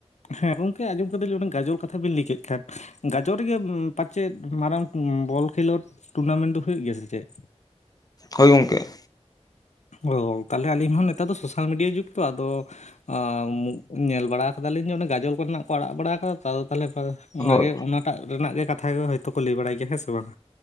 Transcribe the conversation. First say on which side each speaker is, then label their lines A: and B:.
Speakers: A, on the left; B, on the left.
A: ᱦᱮᱸ ᱜᱚᱢᱠᱮ ᱟᱸᱡᱚᱢ ᱠᱟᱫ ᱞᱤᱧ ᱜᱟᱡᱚᱞ ᱠᱟᱛᱷᱟ ᱵᱤᱱ ᱞᱟᱹᱭ ᱠᱮᱫ ᱠᱷᱟᱱ ᱜᱟᱡᱚᱞ ᱨᱮᱜᱮ ᱯᱟᱪᱮᱫ ᱢᱟᱨᱟᱝ ᱵᱚᱞ ᱠᱷᱮᱞᱳᱰ ᱴᱩᱨᱱᱟᱢᱮᱱᱴ ᱫᱚ ᱦᱩᱭᱩᱜ ᱜᱮᱭᱟ ᱥᱮ ᱪᱮᱫ?
B: ᱦᱳᱭ ᱜᱚᱢᱠᱮ,
A: ᱚ ᱛᱟᱦᱞᱮ ᱟᱞᱤᱧ ᱦᱚᱸ ᱱᱮᱛᱟᱨ ᱫᱚ ᱥᱳᱥᱟᱞ ᱢᱤᱰᱤᱭᱟ ᱡᱩᱜᱽ ᱛᱚ ᱟᱫᱚ, ᱟᱸ ᱧᱮᱞ ᱵᱟᱲᱟ ᱠᱟᱫᱟᱞᱤᱧ ᱡᱮ ᱚᱱᱮ ᱜᱟᱡᱚᱞ ᱠᱚ ᱨᱮᱱᱟᱜ ᱠᱚ ᱟᱲᱟᱜ ᱵᱟᱲᱟ ᱠᱟᱫᱟ ᱛᱚ ᱟᱫᱚ ᱛᱟᱦᱚᱞᱮ ᱚᱱᱟ
B: ᱦᱳᱭ
A: ᱜᱮ ᱚᱱᱟᱴᱟᱜ ᱨᱮᱱᱟᱜ ᱜᱮ ᱠᱟᱛᱷᱟ ᱜᱮ ᱦᱳᱭᱛᱳ ᱠᱚ ᱞᱟᱹᱭ ᱵᱟᱲᱟᱭ ᱜᱮᱭᱟ ᱦᱮᱸ ᱥᱮ ᱵᱟᱝ?